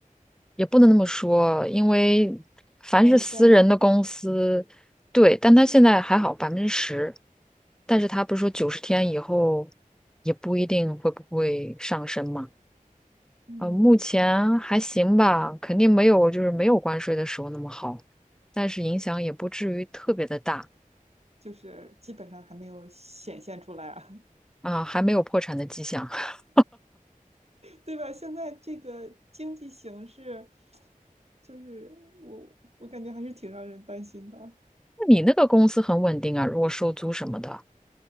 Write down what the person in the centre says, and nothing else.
也不能那么说，因为凡是私人的公司，
对，但他现在还好百分之十，但是他不是说九十天以后也不一定会不会上升嘛？
呃，目前还行吧，肯定没有就是没有关税的时候那么好，但是影响也不至于特别的大
啊，还没有破产的迹象。<laughs>
那你那个公司很稳定啊，如果收租什么的，